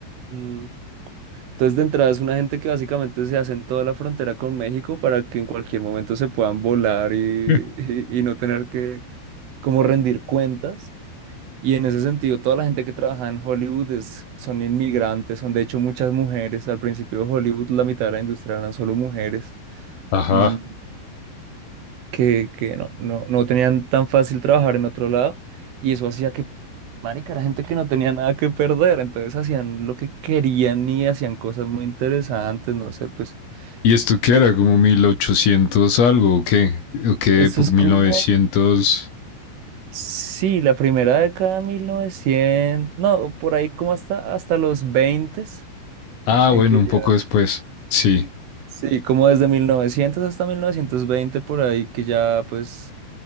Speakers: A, on the right; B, on the left.
A: mm, Entonces, de entrada es una gente que básicamente se hace en toda la frontera con México para que en cualquier momento se puedan volar y,
B: <laughs>
A: <laughs> y, y no tener que como rendir cuentas. Y en ese sentido, toda la gente que trabaja en Hollywood es, son inmigrantes, son de hecho muchas mujeres. Al principio de Hollywood, la mitad de la industria eran solo mujeres
B: Ajá.
A: mm, que, que no, no, no tenían tan fácil trabajar en otro lado. Y eso hacía que, marica, era gente que no tenía nada que perder. Entonces hacían lo que querían y hacían cosas muy interesantes. No sé, pues
B: ¿Y esto qué
A: Pero
B: era? ¿Como 1800 algo o qué? ¿O qué
A: Eso
B: época?
A: es
B: ¿mil
A: como,
B: novecientos
A: sí, la primera década de 1900 no, por ahí como hasta, hasta los 20
B: Ah,
A: en
B: bueno,
A: que
B: un
A: ya,
B: poco después. Sí,
A: sí, como desde 1900 hasta 1920, por ahí que ya, pues,